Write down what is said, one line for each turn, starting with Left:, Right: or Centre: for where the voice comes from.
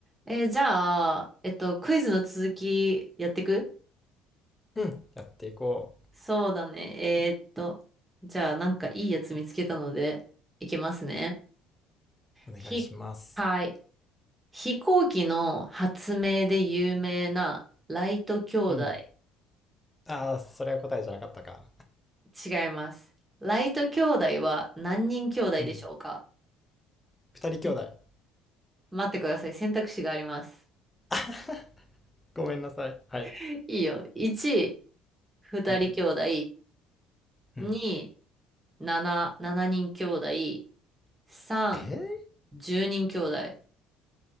Right: えーじゃあ、えっと、クイズの続きやってく
Left: うん。やっていこ
Right: そうだね。えーっと、じゃあ、なんかいいやつ見つけたので、いきますね。
Left: う。お願いします。
Right: ひ、はい。飛行機の発明で有名なライト兄弟。
Left: うん。ああ、それは答えじゃなかったか。
Right: 違います。ライト兄弟は何人兄弟でしょうか
Left: うん二人
Right: い
Left: <laughs> 兄弟。
Right: 待ってください。選択肢があります。
Left: <laughs> ごめんなさい。はい。
Right: <laughs> いいよ。1、2人兄弟。
Left: うん。うん。
Right: 2、7、7人兄弟。3、
Left: えー、
Right: 10人兄弟。